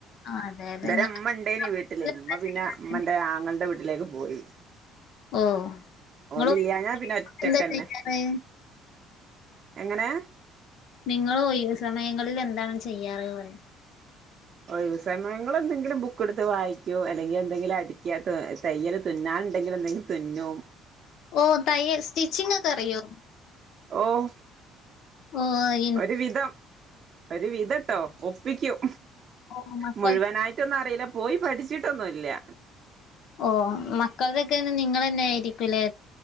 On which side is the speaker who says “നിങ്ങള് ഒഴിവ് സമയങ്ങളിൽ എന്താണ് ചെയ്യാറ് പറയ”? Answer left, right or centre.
Left